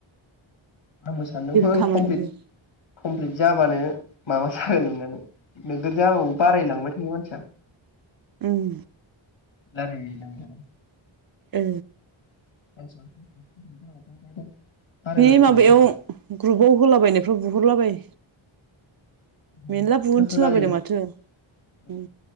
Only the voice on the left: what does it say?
आंबो सानदोंमोन
कमप्टिट
कमप्लिट जाबानो माबा जागोन नोंनानो नोगोर जाव बारायलांबाय थायोयो मानसिया।
लारायै लारायै
<unintelligible>
थायो
मानसिया
सोर
सोर
लारायगोन